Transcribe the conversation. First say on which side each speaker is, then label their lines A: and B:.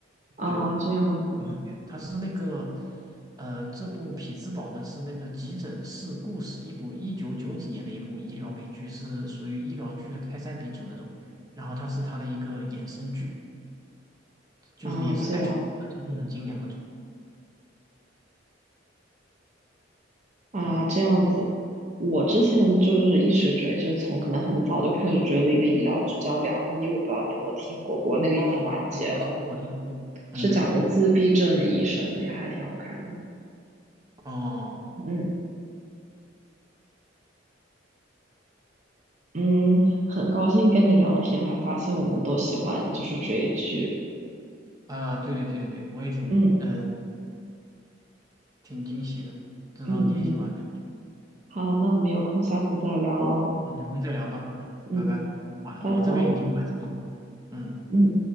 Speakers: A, on the right (about 40°); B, on the right (about 20°).
A: 啊，
B: 就
A: 这样子
B: 有一点，它是那个，呃，这部《匹兹堡》呢是那个急诊室故事，一部一九九几年的一部医疗美剧，是属于医疗剧的开山鼻祖那种。然后它是它的一个衍生剧，就是也是
A: 啊，这样
B: HBO 的，就是很精良那种。
A: 啊，
B: 嗯，
A: 这样子。我之前就是一直追，就是从可能很早就开始追的一个医疗剧叫《良医》，我不知道你有没有听过，不过那个已经完结了，
B: 哦，我听说过，我听说过，我听说过。嗯，
A: 是讲一个自闭症的医生的，也还挺好看的。
B: 哦，
A: 嗯嗯，很高兴跟你聊天，还发现我们都喜欢就是追剧。
B: 啊，对对对对对，我也挺，
A: 嗯
B: 嗯，挺惊喜的，知道你也喜欢看剧。
A: 嗯嗯，好，那我们有空下次再聊喽。
B: 嗯，有空再聊吧。嗯，
A: 嗯，
B: 拜拜。晚了，
A: 拜拜。
B: 我这边已经晚上了。嗯。
A: 嗯。